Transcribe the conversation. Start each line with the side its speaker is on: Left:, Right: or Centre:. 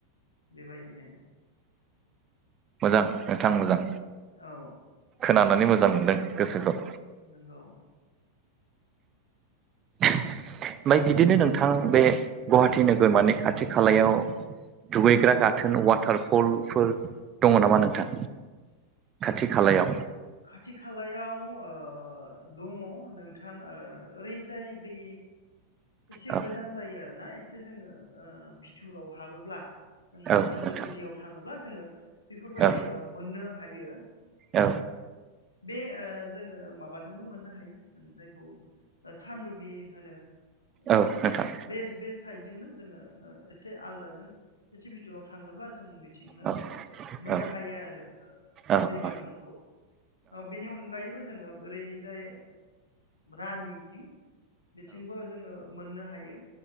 Left: बेबायदिनो
Right: मोजां नोंथां मोजां
Left: औ
Right: खोनानानै मोजां मोनदों गोसोखौ
Left: हे लौ
Right: ओमफ्राय बिदिनो नोंथां बे गुवाहाटि नोगोरमानि खाथि खालायाव दुगैग्रा गाथोन वाटारफलफोर दङ नामा नोंथां खाथि खालायाव
Left: खाथि खालायाव ओ दङ नोंथां ओरैजाय बै एसे
Right: औ
Left: गोजान जायो आरो ना स जोङो बिथिथुराव हाबोब्ला जों
Right: औ
Left: हाजो
Right: नोंथां
Left: गुदियाव थाङोब्ला जोङो बेफोरबायदि
Right: औ
Left: मोननो हायो
Right: औ
Left: बे जोङो माबाजोंबो मोननो हायो जायखौ सानदुबि ओनो‌ <unintelligible>
Right: औ नोंथां
Left: एसे आलदाजों <unintelligible> भाव थाङोब्ला जों बिथिंनो
Right: औ
Left: मोननो
Right: औ
Left: हायो आरो
Right: औ
Left: दै बाज्रुमखौ
Right: औ
Left: बेनि अनगायैबो जों बोरैजाय रानिथिं बिथिंबो जोङो मोननो हायोो